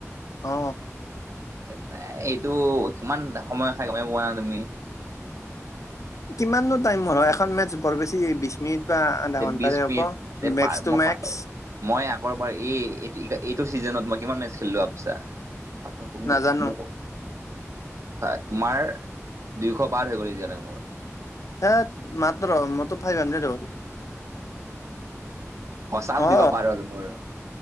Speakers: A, on the left; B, on the right.
A: অ
B: এই এইটো কিমান সময় খাই গমেই পোৱা নাই তুমি।
A: কিমানো টাইমৰ হয়, এখন মেচ বৰ বেছি বিশ মিনিট বা আধা ঘণ্টাৰে
B: বিশ
A: হ'ব,
B: মিনিট
A: মেক্স টো
B: মই
A: মেক্স।
B: মই আগৰবাৰ এই এটো এইটো চিজনত মই কিমান মেটচ খেলিলোঁ ভাবছা
A: নাজানো
B: <unintelligible> হয়, তোমাৰ দুয়শ পাৰ হৈ গ'ল এতিয়ালৈ মোৰ।
A: ধেইত মাত্ৰ, মোৰ তো ফাইভ হাণ্ড্ৰেড হ'ল।
B: সঁচা
A: অ
B: দুইশ পৰ হ'ল মোৰ।